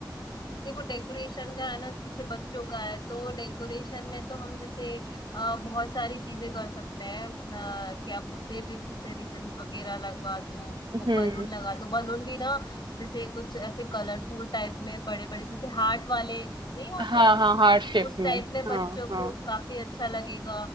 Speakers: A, on the left; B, on the right.
A: देखो डेकोरेशन का है ना जैसे बच्चों का है तो डेकोरेशन में तो हम जैसे अ, बहुत सारी चीजें कर सकते हैं अ, क्या बोलते हैं रिक्त से रिबन्स वगैरह लगवा दो
B: हम्म
A: बलून लगा दो बलून भी ना जैसे कुछ ऐसे कलरफुल टाइप में बड़े बड़े जैसे हार्ट वाले नहीं होते
B: हाँ हाँ हार्ट शेप
A: उस
B: में
A: टाइप में बच्चों
B: हाँ हाँ
A: को काफी अच्छा लगेगा